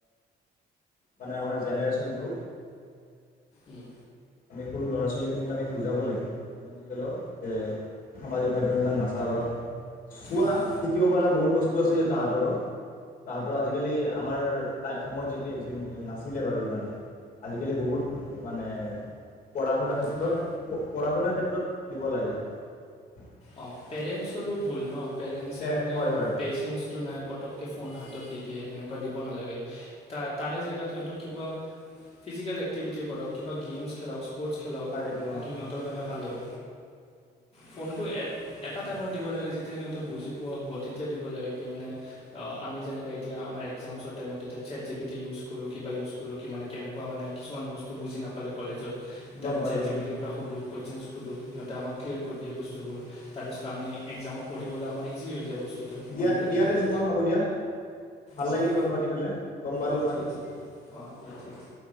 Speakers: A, on the left (about 55°); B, on the left (about 35°).
A: মানে আমাৰ জেনেৰেশ্যনটোক
B: উম,
A: আমি সৰু ল'ৰা ছোৱালীখিনিক আমি বুজাব লাগিব যিমান যি কলেও যে সামাজিক মাধ্যম ইমান নাচাবা চোৱা
B: অঁ
A: শিকিব পাৰা বহুত বস্তু আছে তাহাঁতৰো তাহাঁতৰ আজিকালি আমাৰ তাই সময়ত যেতিয়া নাছিলে বাৰু ইমান আজিকালি বহুত মানে পঢ় শুনা ক্ষেত্ৰত
B: তোমাৰ
A: পঢ়া শুনা ক্ষেত্ৰত দিব লাগে সিহঁতক
B: অঁ পেৰেণ্টছৰো ভুল ন পেৰেণ্টছে
A: এ
B: মানে
A: হয় হয়
B: পেচেন্ঞ্চ নাই পটককে ফোন হাতত দি দিয়ে সেনেকুৱা দিব নালাগে ত তাৰে জেগাত সিহঁতক কিবা ফিজিকেল এক্টিভিটি কৰক কিবা গেমছ খেলাওক স্পৰ্টছ খেলাক
A: তাকেতো
B: সেইটো
A: অঁ
B: সহঁতৰ কাৰণে ভাল হ'ব ফোনটো এটা টাইমত দিব লাগে যেতিয়া সিহঁতে বুজি পোৱা হ'ব তেতিয়া দিব লাগে কি মানে আমি যেনেকৈ এতিয়া আমাৰ এক্সামছৰ টাইমত এতিয়া চেত জি পিটি ইউ কৰো কিবা ইউজ কৰো কি মানে, কেনেকুৱা মানে! কিছুমান বস্তু বুজি নাপালে কলেজত। এতিয়া
A: গম
B: আমি
A: পালোঁ
B: চেট্ জিপিটি
A: গম পালোঁ
B: ৰ পৰা সোধো জ্যাষ্ট, সোধো। সিহঁতে আমাক ক্লিয়াৰ কৰি দিয়ে বস্তুবোৰ। তাৰ পিছত আমি এক্সামত পঢ়িবলৈ আমাৰ ইজি হৈ যায় বস্তু বস্তুটো
A: দিয়া
B: মনত ৰাখিবলৈ।
A: দিয়া তেজীমন হ'ব দিয়া ভাল
B: অঁ-
A: লাগিল কথা পাতি পেলাই গম পালোঁ
B: অঁ-
A: মই
B: ঠিক আছে। অঁ দিয়া, ঠিক আছে।